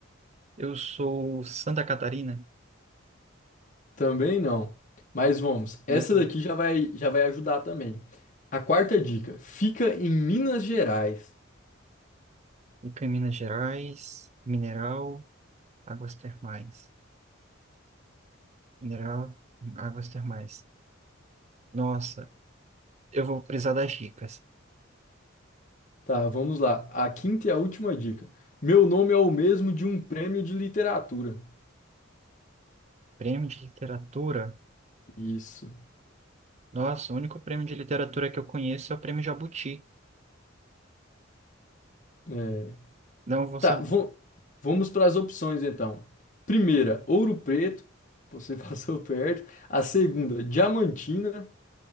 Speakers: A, on the right; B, on the left.
A: Eu sou Santa Catarina.
B: Também não. Mas vamos. Essa
A: Meu Deus.
B: daqui já vai, já vai ajudar também. A quarta dica. Fica em Minas Gerais.
A: Fica em Minas Gerais. Mineral. Águas termais. Mineral. Águas termais. Nossa, eu vou precisar das dicas.
B: Tá, vamos lá. A quinta e a última dica. Meu nome é o mesmo de um prêmio de literatura.
A: Prêmio de literatura.
B: Isso.
A: Nossa, o único prêmio de literatura que eu conheço é o prêmio Jabuti.
B: é.
A: Não vou
B: Tá,
A: saber.
B: vo- vamos para as opções então. Primeira, Ouro Preto, você <laughs> passou perto. A segunda, Diamantina,